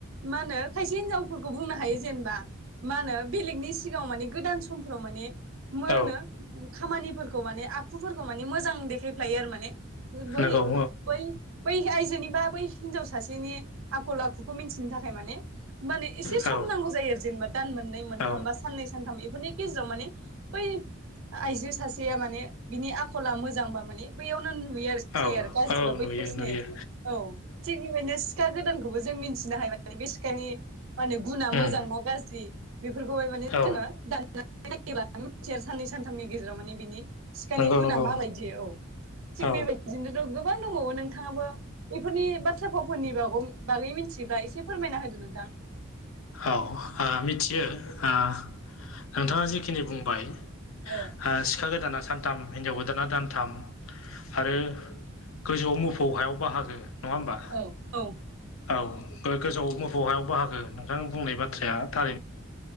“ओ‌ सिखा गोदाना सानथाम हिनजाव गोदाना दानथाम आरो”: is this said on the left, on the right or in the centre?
Left